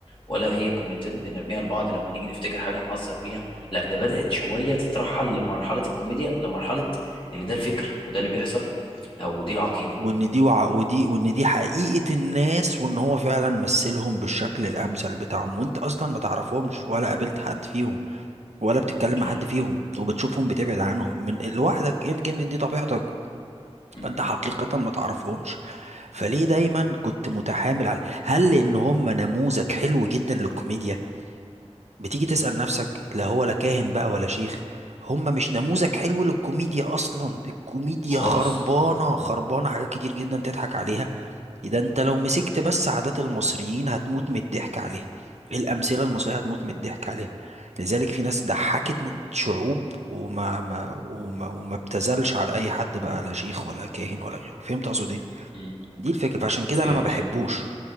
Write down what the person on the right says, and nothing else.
وان دي وع... ودي وان دي حقيقه الناس وان هو فعلا مثلهم بالشكل الامثل بتاعهم وانت اصلا ما تعرفهمش ولا قابلت حد فيهم ولا بتتكلم مع
حد فيهم وبتشوفهم بتبعد عنهم من لوحدك انت جيم دي طبيعتك
فانت حقيقة ما تعرفهمش فليه دايما كنت متحامل على هل لان هم نموذج حلو جدا للكوميديا بتيجي تسأل نفسك لا هو لا كاهن بقى ولا شيخ هم مش نموذج حلو للكوميديا اصلا الكوميديا
خربانة خربانة حاجات كتير جدا تضحك عليها ده انت لو مسكت بس عادات المصريين هتموت من الضحك عليها الامثله المصريه هتموت من الضحك عليها لذلك في ناس ضحكت شعوب وما ما وما, وما ابتذلش على اي حد بقى لا شيخ ولا كاهن ولا غيره فهمت اقصد ايه
دي الفكره فعشان كده
انا ما بحبوش